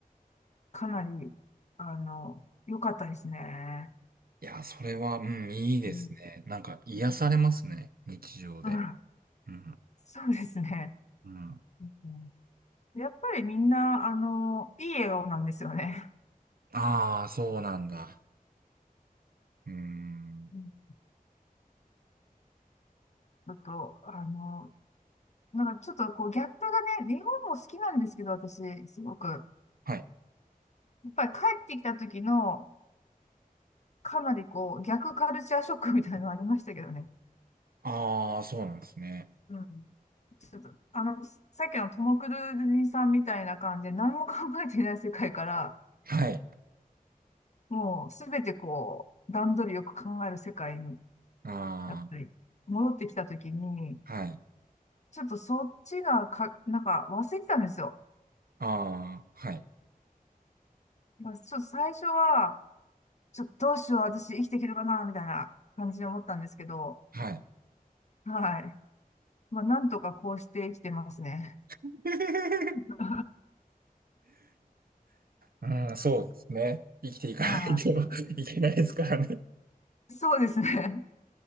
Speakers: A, on the left; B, on the right.
A: かなり、あの、良かったですね。
B: いや、それは、うん、いいですね。
A: うん。
B: なんか、癒されますね。
A: うん。
B: 日常で。
A: うん
B: うん。
A: そうですね。
B: うん。
A: うんやっぱりみんな、あの、いい笑顔なんですよね。
B: ああ、そうなんだ。うん。
A: うんだと、あの、なんかちょっとこうギャップがね、日本も好きなんですけど、私、すごく。
B: はい。
A: やっぱり帰ってきた時の、かなりこう、逆カルチャーショックみたいなのありましたけどね。
B: ああ、そうなんですね。
A: うん。ちょっと、あの、さっきのトム・クルーズさんみたいな感じで何も考えていない世界から、
B: はい。
A: もうすべてこう、段取りよく考える世界に、
B: あ
A: やっぱり戻ってきたときに、
B: あ、はい。
A: ちょっとそっちがか、なんか忘れてたんですよ。
B: ああ、はい。
A: だからちょっと最初は、ちょっとどうしよう、私生きていけるかな、みたいな感じで思ったんですけど、
B: はい。
A: はい。まあ、なんとかこうして生きてますね。
B: <laughs>
A: <laughs>
B: うん、そうですね。生きていかないと
A: は
B: いけないですからね。
A: い。そうですね。